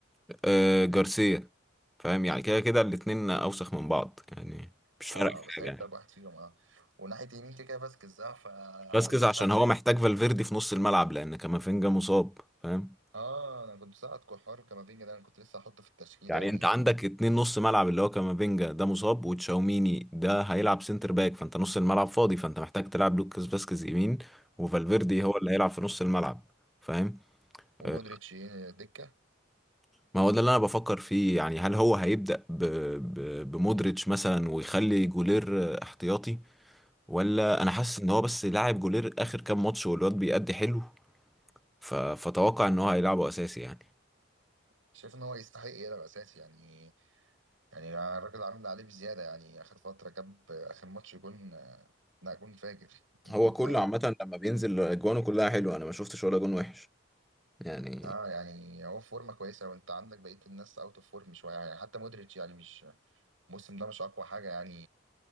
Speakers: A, in the centre; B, on the right.
A: آه، جارسيا فاهم يعني كده كده الاتنين اوسخ من بعض يعني مش
B: اه
A: فارق في
B: بس
A: حاجه
B: هيبدا
A: يعني
B: بواحد فيهم اه وناحيه يمين كده كده فاسكيز اه ففي
A: فاسكيز
B: النص
A: عشان
B: هتلاقي
A: هو محتاج فالفيردي في نص الملعب لان كامافينجا مصاب فاهم
B: اه انا كنت ساعد كوحار وكامافينجا ده انا كنت لسه هحطه في التشكيله
A: يعني
B: يعني
A: انت عندك اتنين نص ملعب اللي هو كامافينجا ده مصاب وتشاوميني ده هيلعب سنتر باك فانت نص الملعب فاضي فانت محتاج تلعب لوكاس فاسكيز يمين وفالفيردي
B: مم.
A: هو اللي هيلعب في نص الملعب فاهم
B: ومودريتش
A: اه،
B: إيه، دكه
A: ما هو ده اللي انا بفكر فيه يعني هل هو هيبدأ ب... ب... بمودريتش مثلا ويخلي جولير اه، احتياطي ولا انا حاسس ان هو بس لاعب جولير اخر كام ماتش والواد بيأدي حلو ف... فتوقع ان هو هيلعبه اساسي يعني
B: شايف ان هو يستحق يلعب اساسي يعني يعني الراجل عامل اللي عليه بزياده يعني اخر فتره جاب اخر ماتش جون آه، لا جون فاجر انت
A: هو
B: انت
A: كله عامة لما بينزل اجوانه كلها حلوة انا ما شفتش ولا جون وحش يعني
B: اه يعني هو في فورمه كويسه وانت عندك بقيه الناس اوت اوف فورم شويه يعني حتى مودريتش يعني مش الموسم ده مش اقوى حاجه يعني